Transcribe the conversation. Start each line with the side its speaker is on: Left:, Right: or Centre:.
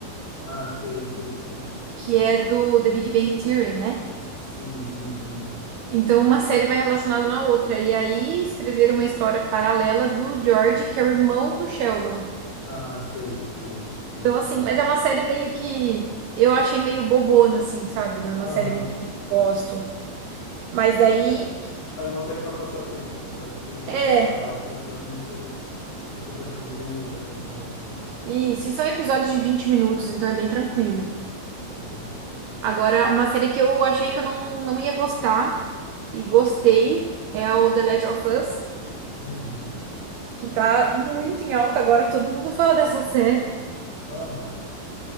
Left: Ah, sei, sei, sei.
Right: que é do The Big Bang Theory, né?
Left: Sim, sim, sim.
Right: Então, uma série vai relacionada na outra. E aí, escreveram uma história paralela do George, que é o irmão do Sheldon.
Left: Ah, sei, sei, sei,
Right: Então, assim,
Left: sei, sim.
Right: mas é uma série meio que... Eu achei meio bobona, assim, sabe? Não é uma
Left: Aham.
Right: série muito que eu gosto. Mas daí,
Left: Ah, é- É uma série pra passar tempo, né? Pra, tipo,
Right: é...
Left: você tá lá passando, mas você não fica prestando muita atenção, assim.
Right: Isso, e são episódios de 20 minutos, então é bem tranquilo.
Left: Boa. boa.
Right: Agora, uma série que eu achei que eu não, não ia gostar e gostei é o The Last of Us,
Left: Uhum.
Right: que tá muito em alta agora, todo mundo fala dessa série.
Left: Aham.